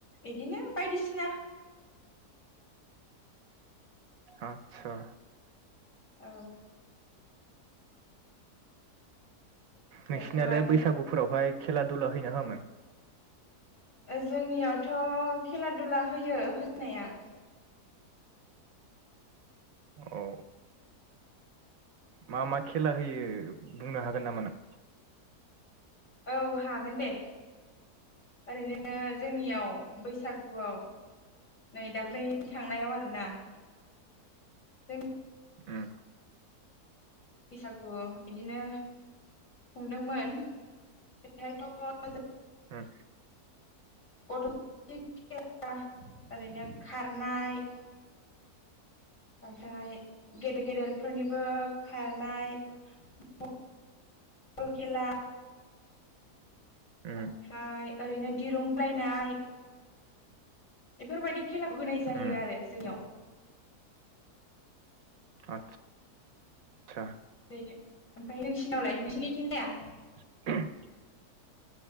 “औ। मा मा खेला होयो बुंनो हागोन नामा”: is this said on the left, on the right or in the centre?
Right